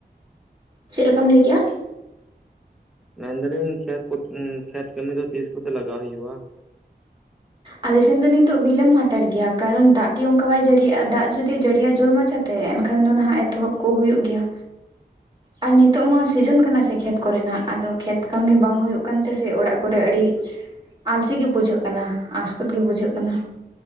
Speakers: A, on the right; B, in the centre.
A: ᱪᱮᱫ ᱞᱮᱠᱟᱢ ᱞᱟᱹᱭ ᱠᱮᱜᱼᱟ?
B: ᱢᱮᱱ ᱫᱟᱞᱤᱧ ᱠᱷᱮᱛ ᱠᱚ ᱩᱸ ᱠᱷᱮᱛ ᱠᱟᱹᱢᱤ ᱫᱚ ᱛᱤᱥ ᱠᱚᱛᱮ ᱞᱟᱜᱟᱣ ᱦᱩᱭᱩᱜᱼᱟ?
A: ᱟᱞᱮ ᱥᱮᱱ ᱫᱚ ᱱᱤᱛᱚᱜ ᱵᱤᱞᱚᱢ ᱦᱟᱛᱟᱲ ᱜᱮᱭᱟ ᱠᱟᱨᱚᱱ ᱫᱟᱜ ᱜᱮ ᱚᱱᱠᱟ ᱵᱟᱭ ᱡᱟᱹᱲᱤᱭᱮᱜᱼᱟ, ᱫᱟᱜ ᱡᱩᱫᱤ ᱡᱟᱹᱲᱤᱭᱟᱭ ᱡᱳᱨ ᱢᱟᱪᱷᱟ ᱛᱮ ᱮᱱᱠᱷᱟᱱ ᱫᱚ ᱱᱟᱦᱟᱜ ᱮᱛᱚᱦᱚᱵ ᱠᱚ ᱦᱩᱭᱩᱜ ᱜᱮᱭᱟ᱾ ᱟᱨ ᱱᱤᱛᱚᱜ ᱢᱟ ᱥᱤᱡᱚᱱ ᱠᱟᱱᱟ ᱥᱮ ᱠᱷᱮᱛ ᱠᱚᱨᱮᱱᱟᱜ, ᱟᱫᱚ ᱠᱷᱮᱛ ᱠᱟᱹᱢᱤ ᱵᱟᱝ ᱦᱩᱭᱩᱜ ᱠᱟᱱ ᱛᱮᱥᱮ ᱚᱲᱟᱜ ᱠᱚᱨᱮ ᱟᱹᱰᱤ ᱟᱞᱥᱤ ᱜᱮ ᱵᱩᱡᱷᱟᱹᱜ ᱠᱟᱱᱟ, ᱟᱥᱠᱚᱛ ᱜᱮ ᱵᱩᱡᱷᱟᱹᱜ ᱠᱟᱱᱟ